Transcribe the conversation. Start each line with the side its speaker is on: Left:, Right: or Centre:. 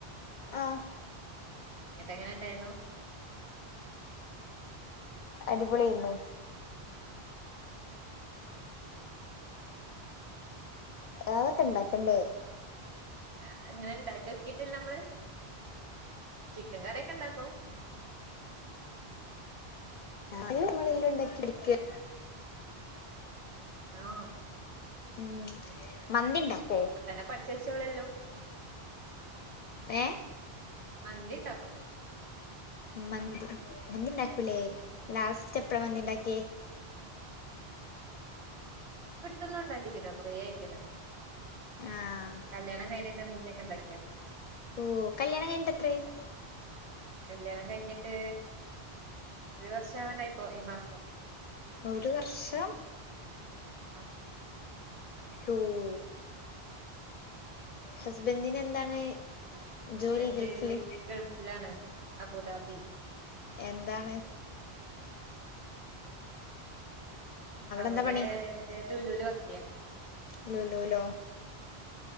Left: ആഹ്
Right: എന്നിട്ട എങ്ങനെ ഉണ്ടായിരുന്നു
Left: അടിപൊളിയര്ന്നു അതൊക്കെ ഉണ്ടാക്കണ്ടേ
Right: ആ അങ്ങനെ ഇണ്ടാക്കി നോക്കീട്ടില്ല നമ്മള് ചിക്കൻ കറിക്കെ ഇണ്ടാക്കും
Left: ഞ നമ്മളെല്ലാം ഉണ്ടാക്കി വയ്ക്ക
Right: ആഹ്
Left: ഉം മന്തിണ്ടാക്കോ
Right: ഇപ്പ തന്നെ പഠിച്ചേചോളളല്ലോ
Left: ഏ
Right: മന്തി ഇണ്ടാക്കും
Left: മന്തി ഉണ്ടാക്കൂല്ലേ ലാസ്റ്റ് എപ്പഴ മന്തി ഇണ്ടാക്കിയെ
Right: ഇപ്പാടുത്തൊന്നും ഉണ്ടാക്കിട്ടില്ല കുറേ ആയിരിക്കുണു
Left: ആഹ്
Right: കല്യാണം കഴിഞ്ഞിട്ടു <unintelligible> ണ്ടാക്കിയാ
Left: ഓ കല്യാണം കഴിഞ്ഞിട്ട് എത്രയായി
Right: കല്യാണം കഴിഞ്ഞിട്ട് ഒരു വർഷാവാറായി ഈ മാസം
Left: ഒരു വർഷം
Right: ആഹ്
Left: <unintelligible> ഹസ്ബെന്റിനു എന്താണ്
Right: ഹസ്ബൻഡ്
Left: ജോലി ഗൾഫില്
Right: ഗൾഫിലാണ് അബുദാബി
Left: എന്താണ്
Right: അവിടെ
Left: എന്താ പണി
Right: ലുലൂല് വർക്ക് ചെയ്യാണ്
Left: ലൂലൂ ലോ